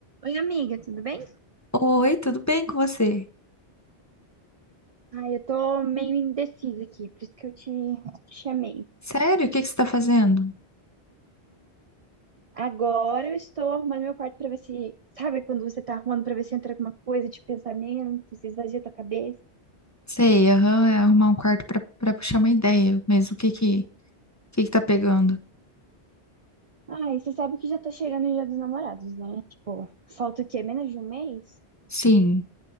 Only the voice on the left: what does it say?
Oi, tudo bem com você?
Sério, o que que você está fazendo?
Sei, aham, é arrumar um quarto para para puxar uma ideia, mas o que que o que que tá pegando?
Sim,